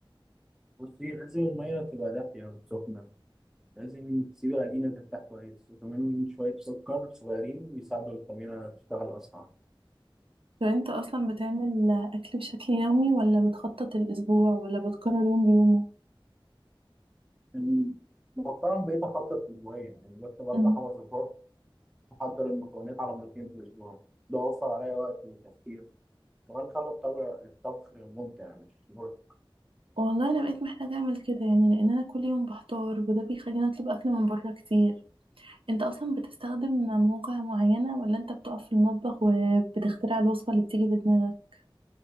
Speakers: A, in the centre; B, on the right.
A: بصي لازم المية تبقى دافية وسخنة لازم تسيب العجينة ترتاح كويس وكمان شوية سكر صغيرين يساعدوا الخميرة تشتغل أسرع
B: طب انت اصلا بتعمل اكل بشكل يومي ولا بتخطط الاسبوع ولا بتكرر يوم بيومه
A: يعني مؤخرا بقيت أخطط أسبوعيا يعني بكتب أربع
B: مم.
A: خمس صفار أحضر المكونات على مرتين في الأسبوع ده وفر عليا وقت وتفكير كمان خلى الطبخ الطبخ ممتع مش مرهق
B: والله انا بقيت محتاجه اعمل كده يعني لان انا كل يوم بحتار وده بيخليني اطلب اكل من بره كتير انت اصلا بتستخدم مواقع معينة ولا انت بتقف في المطبخ وبتخترع الوصفة اللي بتيجي في دماغك